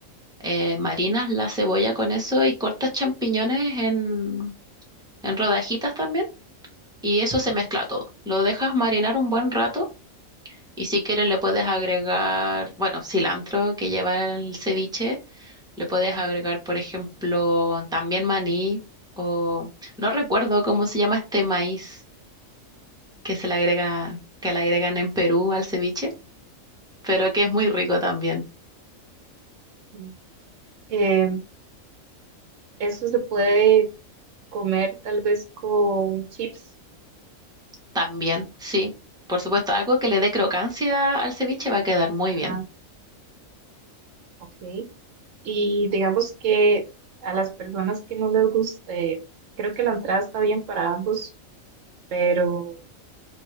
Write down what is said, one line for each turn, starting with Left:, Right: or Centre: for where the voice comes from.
Centre: eh, marinas la cebolla con eso y cortas champiñones en, en rodajitas también y eso se mezcla todo. Lo dejas marinar un buen rato y si quieres le puedes agregar, bueno, cilantro que lleva el ceviche, le puedes agregar, por ejemplo, también maní o no recuerdo cómo se llama este maíz que se le agrega, que le agregan en Perú al ceviche, pero que es muy rico también.
Right: Sí. Em, esto se puede comer tal vez con chips.
Centre: También, sí. Por supuesto, algo que le dé crocancia al ceviche va a quedar muy
Right: Ajá,
Centre: bien.
Right: ok. Y digamos que a las personas que no les guste, creo que la entrada está bien para ambos, pero